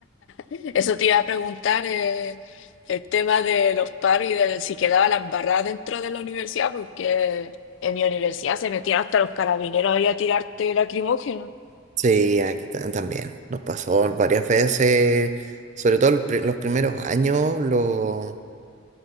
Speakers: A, on the left; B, on the right.
A: eso te iba a preguntar, eh, el tema de los paros y de si quedaba la embarrada dentro de la universidad, porque en mi universidad se metían hasta los carabineros ahí a tirarte lacrimógeno.
B: sí, aquí ta- también nos pasó varias veces, sobre todo el pri- los primeros años, los